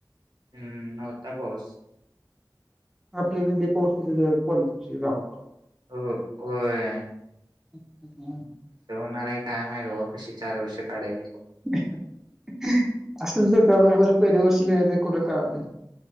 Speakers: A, on the right; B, in the centre.
A: हम्म नव्हता पाऊस
B: आपल्या तिथे पोहचे पर्यंत कॉलेज पिशीज अप्पा
A: हो होय
B: अच् हम्
A: काय करणार काय माहीत बाबा कशी चार वर्ष काढायची.
B: <unintelligible> असं ज त्याबर पहिल्या वर्षी का कुठं काळालं